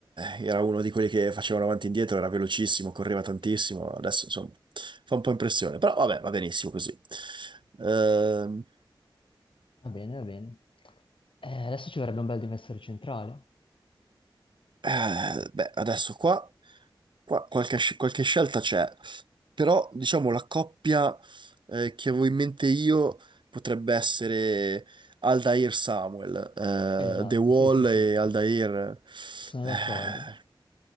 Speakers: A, on the right; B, on the left.
A: eh, era uno di quelli che facevano avanti e indietro, era velocissimo, correva tantissimo, adesso insomma fa un po' impressione, però vabbè, va benissimo così. Ehm,
B: va bene, va bene. Eh, adesso ci vorrebbe un bel difensore centrale.
A: eh, beh, adesso qua, qua qualche, sc- qualche scelta c'è. Però, diciamo, la coppia eh, che avevo in mente io potrebbe essere Aldair Samuel,
B: Esatto,
A: eh, The Wall
B: sì, sì, sì,
A: e Aldair.
B: sono
A: eh,
B: d'accordo.